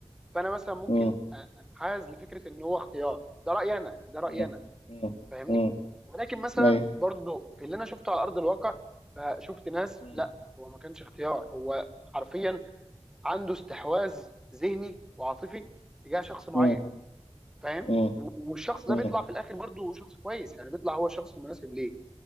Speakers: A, in the centre; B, on the left.
A: فانا مثلا ممكن
B: م-
A: أ- انحاز لفكره ان هو اختيار ده رايي انا ده رايي
B: م-
A: انا
B: م-
A: فاهمني
B: م-
A: ولكن مثلا
B: أيوة.
A: برضو في اللي انا شفته على ارض الواقع فشفت ناس
B: م-
A: لا هو ما كانش اختيار هو حرفيا عنده استحواذ ذهني وعاطفي تجاه شخص معين
B: م-
A: فاهم
B: م-
A: و- والشخص
B: م-
A: ده بيطلع في الاخر برضو شخص كويس يعني بيطلع هو الشخص المناسب ليه